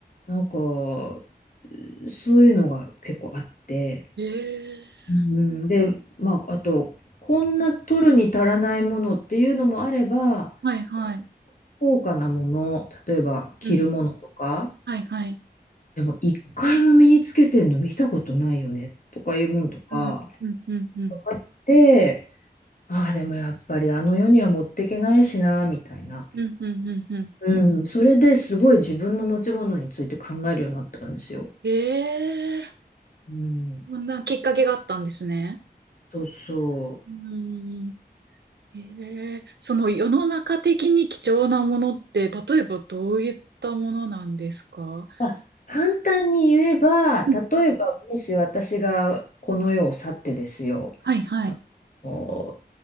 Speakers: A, on the left; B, on the right.
A: なんか、そういうのが結構あって、
B: ええ
A: うん、で、まあ、あと、こんな取るに足らないものっていうのもあれば、
B: はい、はい。
A: こう高価なもの、例えば着るものとか、
B: うん、はい、はい。
A: でも一回も身につけてんの見たことないよねとかいうもんとか
B: うん、うん、うん、うん。
A: あって、ああ、でもやっぱりあの世には持ってけないしな、みたいな。
B: うん、うん、うん。
A: うん、それですごい自分の持ち物について考えるようになったんですよ。
B: ええ
A: うん、
B: こんなきっかけがあったんですね。
A: そうそう。
B: うん。ええその世の中的に貴重なものって、例えばどういったものなんですか
A: まあ、簡単に言えば、例えばもし私がこの世を去ってですよ、
B: うん、はい、はい、
A: あの
B: はい。